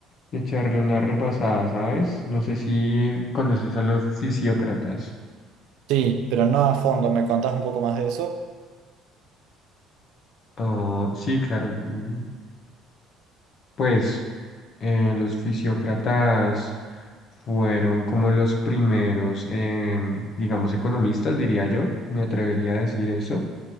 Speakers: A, on the left; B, on the right.
A: echarle una repasada, ¿sabes? No sé si conoces a los fisiócratas.
B: Sí, pero no a fondo, ¿me contás un poco más de eso?
A: Oh, sí, claro. mm, Pues eh, los fisiócratas fueron como los primeros, eh, digamos, economistas, diría yo, me atrevería a decir eso,